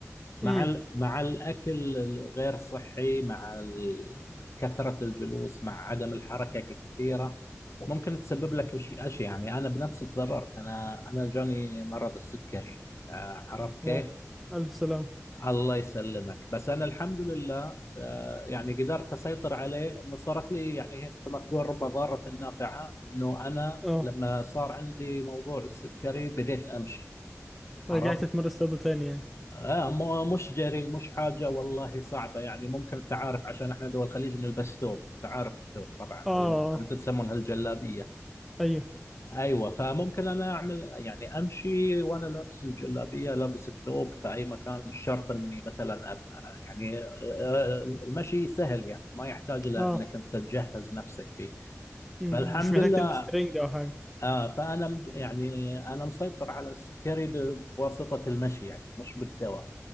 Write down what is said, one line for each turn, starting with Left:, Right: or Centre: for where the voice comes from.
Left: مع
Centre: م.
Left: ال- مع الاكل الغير صحي مع ال- كثره الجلوس مع عدم الحركه الكثيره ممكن تسبب لك أشي- اشياء يعني انا بنفسي تضررت انا انا جاني مرض السكري آه، عرفت كيف؟
Centre: اه الف سلام
Left: الله يسلمك بس انا الحمد لله آه، يعني قدرت اسيطر عليه انه صارت لي يعني هي مثل ما تقول رب ضارة نافعة انه انا
Centre: اه
Left: لما صار عندي موضوع السكري بديت امشي عرفت
Centre: رجعت اتمرن رياضة تاني يعني
Left: آه مو- مش جري مش حاجة والله صعبة يعني ممكن انت عارف عشان احنا دول الخليج نلبس ثوب انت عارف الثوب طبعا
Centre: اه آه.
Left: او ال- انتم تسمونها الجلابية
Centre: ايوه
Left: ايوه فممكن انا اعمل يعني امشي وانا لابس الجلابيه لابس الثوب في اي مكان مش شرط اني مثلا أب... يعني آه، المشي سهل يعني ما يحتاج الى
Centre: اه
Left: انك انت تجهز نفسك فيه
Centre: م.
Left: فالحمد
Centre: مش محتاج
Left: لله
Centre: تلبس ترنج او حاجة
Left: آه فانا مج- يعني انا مسيطر على السكري ب- بواسطه المشي يعني مش بالدواء